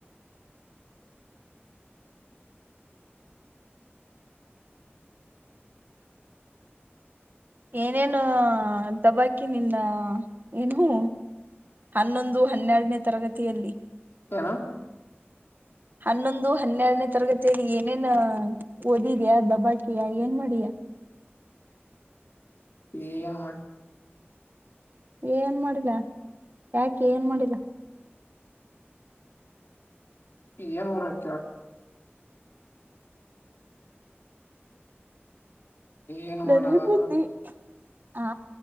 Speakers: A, on the right; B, on the left.
A: ಏನೇನು ದಬಾಕಿ ನಿನ್ನ. ಹ ಏನುೂ. ಹನ್ನೊಂದು ಹನ್ನೆರನೇ ತರಗತಿಯಲ್ಲಿ.
B: ಹನ.
A: ಹನ್ನೊಂದು ಹನ್ನೆರಡನೇ ತರಗತಿಯಲ್ಲಿ ಏನೇ. ಓದಿದ್ಯಾ ದಬಾಕಿಯ ಏನ್ ಮಾಡಿಯಾ.
B: ಈ ನಮ್ಮ.
A: ಏನ್ ಮಾಡಿಲ್ಲ ಯಾಕೆ ಏನ್ ಮಾಡಿಲ್ಲ.
B: ಏನ್ ಮೂರಕ್ಕ. ಏನ್
A: ನನಭೂತಿ.
B: ಮಾಡದಾಗ
A: ಹಾ.